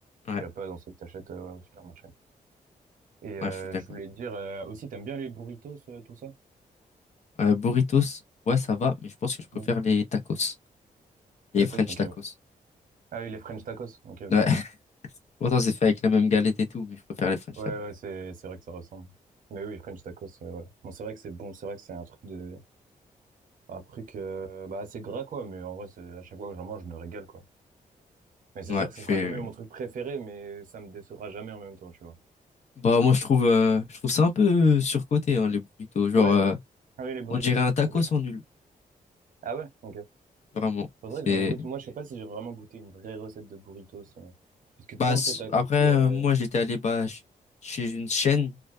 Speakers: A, on the left; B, on the right.
A: Ouais,
B: qu'il n'y a pas dans ce que t'achètes euh, au supermarché. Et euh,
A: ouais, je suis d'accord.
B: je voulais te dire, euh, aussi, t'aimes bien les burritos, euh, tout ça?
A: Euh, burritos, ouais, ça va, mais je pense que je préfère
B: Mm.
A: les tacos, les
B: Tacos,
A: French
B: ok,
A: tacos.
B: ouais. Ah oui, les French tacos, ok, ok.
A: Ouais, <laughs> pourtant c'est fait avec la même galette et tout, mais je préfère les French
B: Ouais,
A: tacos.
B: ouais, c'est, c'est vrai que ça ressemble. Mais oui, French tacos, euh, ouais. Bon, c'est vrai que c'est bon, c'est vrai que c'est un truc de, un truc, euh, bah, assez gras, quoi, mais en vrai, c'est, à chaque fois que j'en mange, je me régale, quoi. Mais c'est
A: Ouais,
B: sûr que
A: je
B: ce
A: fais.
B: sera jamais mon truc préféré, mais ça me décevra jamais en même temps, tu vois.
A: Bah moi je trouve, euh, je trouve ça un peu euh, surcoté hein, les burritos. Genre,
B: Ouais.
A: euh,
B: Ah oui, les burritos.
A: on dirait un tacos
B: Ok.
A: en nul,
B: Ah ouais? Ok.
A: vraiment.
B: Faudrait
A: C'est
B: que j'en goûte. Moi, je sais pas si j'ai vraiment goûté une vraie recette de burritos, euh. Parce que
A: bah
B: souvent,
A: c-
B: tes tacos,
A: après euh,
B: euh...
A: moi j'étais allé bah ch- chez une chaîne